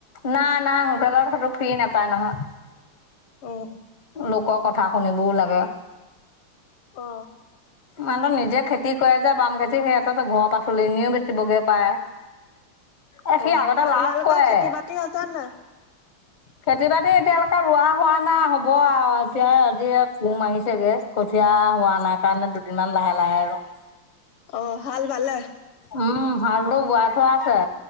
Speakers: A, on the left; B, on the left.
A: নাই নাই হোটেলত সেটো ফ্ৰী নাপায় নহয়।
B: উম।
A: লোকৰ কথা শুনিবও লাগে।
B: অ'।
A: মানুহটো নিজে খেতি কৰে যে, বাম খেতি সিহঁতৰ ঘৰ পাচলিখিনিও বেচিবগে পায়। এ, সি
B: অ',
A: আগতে
B: আপোনালোকৰ
A: লাজ কৰে।
B: খেতি বাতি হৈছে নাই?
A: খেতি বাতি এতিয়ালৈকে ৰোৱা হোৱা নাই হ'ব আৰু, এতিয়া আজি কু মাৰিছেগে, কঠিয়া হোৱা নাই। সেইকাৰণে দুদিনমান লাহে লাহে ৰ'ম।
B: <unintelligible> হাল বালে?
A: উম, হালটো বোৱাই থোৱা আছে।